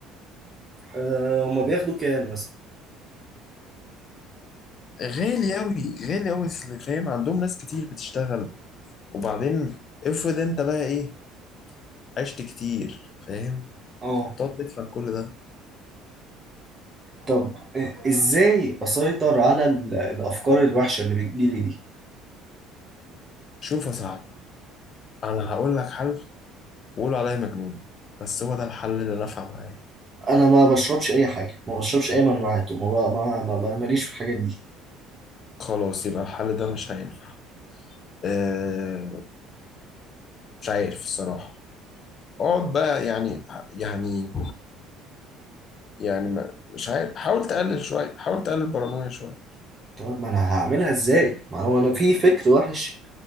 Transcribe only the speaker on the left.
غالي اوي غالي اوي اللي فاهم عندهم ناس كتير بتشتغل وبعدين افرض انت بقى ايه عشت كتير فاهم
هتقعد تدفع كل ده
شوف يا صاحبي انا هقول لك حل وقولوا عليا مجنون بس هو ده الحل اللي نفع معايا
خلاص يبقى الحل ده مش هينفع أه مش عارف الصراحة اقعد بقى يعني يعني يعني ما مش عارف حاول تقلل شوية حاول تقلل البارانويا شوية